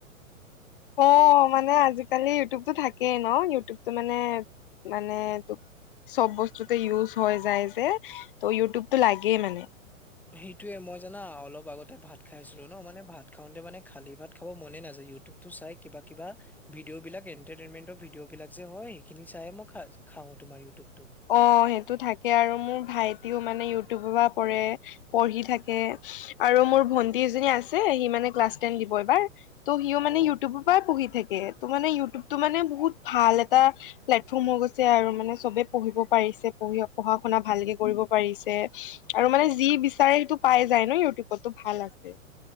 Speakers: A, on the left; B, in the centre.
A: অ মানে আজিকালি ইউটিউবতো থাকে। একে ন ইউটিউব টো মানে মানে তোক চব বস্তুতে ইউজ হৈ যায় যে ত ইউটিউবটো লাগে মানে।
B: সেইটোয়ে মই জানা অলপ আগত ভাত খাইছিলো ন মানে ভাত খাওঁতে মানে খালি ভাত খাব মনে নাযায়। তো চাই কিবা কিবা ভিডিঅ বিলাক ইন্টাৰটেইনমেন্টৰ ভিডিঅ বিলাক যে হয় সেইখিনি চাইয়ে মই <inaudible> তোমাৰ ইউটিউব।
A: অ সেইটো থাকে আৰু মোৰ ভাইটিও মানে ইউটিউবৰ পৰা পৰে পঢ়ি থাকে আৰু মোৰ ভন্টি দুইজনী আছে সি মানে ক্লাছ টেন দিব এইবাৰ ত' সিও মানে
B: অহ
A: ইউটিউবৰ পৰাই পঢ়ি থাকে ত মানে ইউটিউব তটো মানে বহুত ভাল এটা প্লেটফৰ্ম হৈ গৈছে আৰু মানে চবে পঢ়িব পাৰিছে পঢ়ি পঢ়া শুনা ভালকে কৰিব পাৰিছে। আৰু মানে যি বিচাৰে সেইটো পাই যায় ন ইউটিউবতো ভাল আছে।